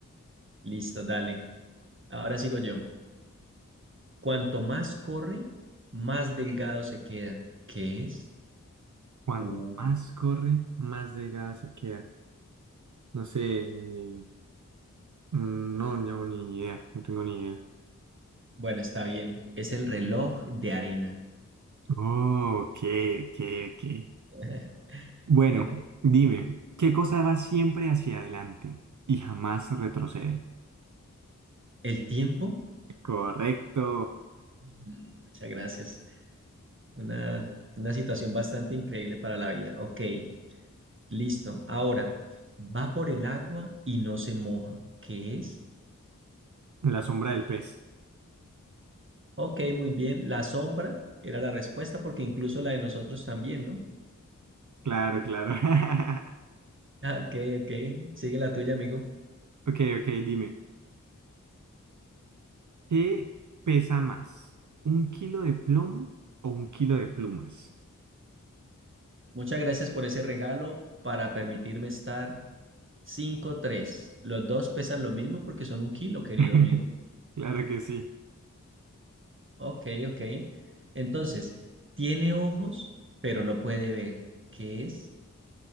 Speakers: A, on the right (about 40°); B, on the right (about 70°).
A: Listo, dale. Ahora sigo yo. Cuanto más corre, más delgado se queda. ¿Qué es?
B: Cuanto
A: Uh,
B: más corre, más delgada se queda. No sé. eh, Mm, No, no, ni idea, no tengo ni idea.
A: bueno, está bien. Es el reloj de arena.
B: Oh, ok, ok, ok.
A: <laughs>
B: Bueno,
A: Ok.
B: dime, ¿qué cosa va siempre hacia adelante y jamás retrocede?
A: ¿El tiempo?
B: Correcto,
A: Mm, Muchas gracias. Una, una situación bastante increíble para la vida. Ok. Listo. Ahora, va por el agua y no se moja. ¿Qué es?
B: la sombra del pez.
A: Ok, muy bien. La sombra era la respuesta porque incluso la de nosotros también, ¿no?
B: Claro, claro. <laughs>
A: Ah, Ok, ok. Sigue la tuya, amigo.
B: Ok, ok, dime, ¿qué pesa más? ¿Un kilo de plomo o un kilo de plumas?
A: Muchas gracias por ese regalo para permitirme estar cinco tres. Los dos pesan lo mismo porque son un kilo, querido
B: <laughs>
A: amigo.
B: Claro que sí.
A: Ok, ok. Entonces, tiene ojos, pero no puede ver. ¿Qué es?